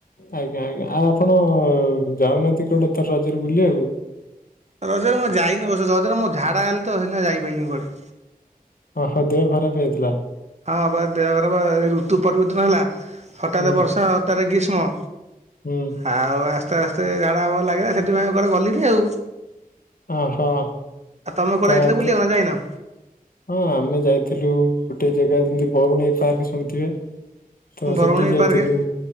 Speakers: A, on the left; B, on the right.
A: ଆଜ୍ଞା ଆଜ୍ଞା। ଆଉ ଆପଣ ଯାଉନାହାନ୍ତି <unintelligible> ରଜରେ ବୁଲିବାକୁ?
B: ରଜରେ ମୁଁ ଯାଇନି ଅବଶ୍ୟ। ରଜରେ ମୁଁ ଝାଡା ହେଲି ତ ସେଇଥିପାଇଁ ଯାଇପାରିଲିନି କୁଆଡେ।
A: ଓହୋ। ଦେହ ଖରାପ ହେଇାଇଥିଲା?
B: ହଁ ବା ଦେହ ଖରାପ। ଋତୁ ପରିବର୍ତ୍ତନ ହେଲା ହଠାତ୍
A: ହୁଁ
B: ବର୍ଷା ହଠାତ୍ ଗ୍ରୀଷ୍ମ।
A: ହୁଁ।
B: ଆଉ ଆସ୍ତେ ଆସ୍ତେ ଝାଡା ହବାକୁ ଲାଗିଲା। ସେଥିପାଇଁ ଆଉ କୁଆଡ଼େ ଗଲିନି ଆଉ।
A: ଓହୋ
B: ଆଉ ତମେ କୁଆଡ଼େ
A: ତ
B: ଯାଇଥିଲ ବୁଲିିବାକୁ
A: ତୁ-
B: ନା ଯାଇନ?
A: ହଁ ଆମେ ଯାଇଥିଲୁ ଗୋଟେ ଜାଗା ଯେମତି ବରୁଣେଇ ପାର୍କ ଶୁଣିଥିବେ। ତ
B: ବରୁଣେଇ
A: ସେଠି ଯାଇଥିଲୁ
B: ପାର୍କ